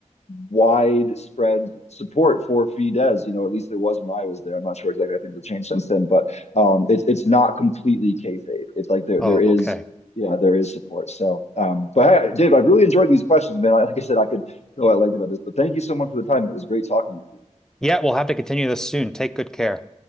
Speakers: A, on the left; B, in the centre.
A: widespread support for Fidesz. You know, at least there was when I was there. I'm not sure exactly. I think it's changed since then, but um, it's it's not completely kayfabe. It's like there
B: oh
A: there is
B: okay
A: yeah there is support. So, um, but hey, Dave, I've really enjoyed these questions, man. like I said, I could go at length about this, but thank you so much for the time. It was great talking with you.
B: yeah we'll have to continue this soon take good care